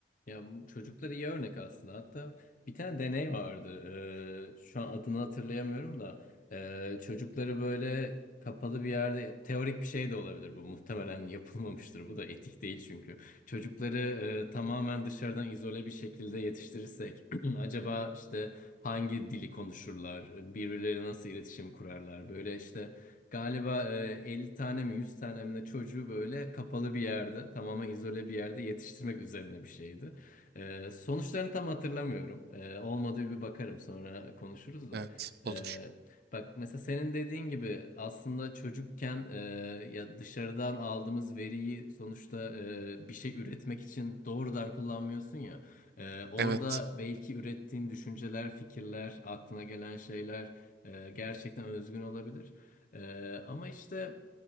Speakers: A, on the left (about 45°); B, on the right (about 60°).
A: Ya bu çocuklara iyi örnek aslında. Hatta bir tane deney vardı. Ee, şu an adını hatırlayamıyorum da ee, çocukları böyle kapalı bir yerde teorik bir şey de olabilir bu. Muhtemelen yapılmamıştır. Bu da etik değil çünkü. Çocukları e, tamamen dışarıdan izole bir şekilde yetiştirirsek <clears throat> acaba işte hangi dili konuşurlar? Birbirleri nasıl iletişim kurarlar? Böyle işte Galiba e, 50 tane mi 100 tane mi ne çocuğu böyle kapalı bir yerde tamamen izole bir yerde yetiştirmek üzerine bir şeydi. Ee, sonuçlarını tam hatırlamıyorum. Ee, olmadı bir bakarım sonra konuşuruz da.
B: Evet,
A: Ee,
B: olur.
A: bak mesela senin dediğin gibi aslında çocukken e, ya dışarıdan aldığımız veriyi sonuçta e, bir şey üretmek için doğrudan kullanmıyorsun ya. Ee, orada
B: Evet,
A: belki ürettiğin düşünceler, fikirler, aklına gelen şeyler e, gerçekten özgün olabilir. Ee, ama işte.